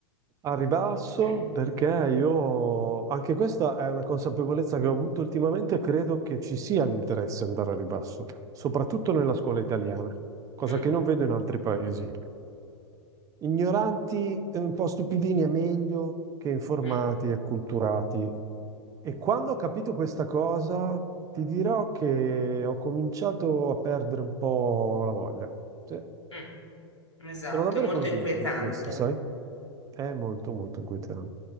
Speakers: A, on the right (about 25°); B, on the left (about 90°).
A: Al ribasso,
B: <clears throat>
A: perché io, anche questa è una consapevolezza che ho avuto ultimamente, credo che ci sia l'interesse ad andare al ribasso, soprattutto nella scuola italiana, cosa
B: Mm,
A: che non vedo in altri paesi. Ignoranti, e un po' stupidini è meglio che informati
B: mm,
A: e acculturati. E quando ho capito questa cosa, ti dirò che ho cominciato a perdere un po' la voglia. Sì,
B: mm. Esatto,
A: sono davvero
B: è molto
A: convinto
B: inquietante.
A: di questo, sai? È molto, molto inquietante.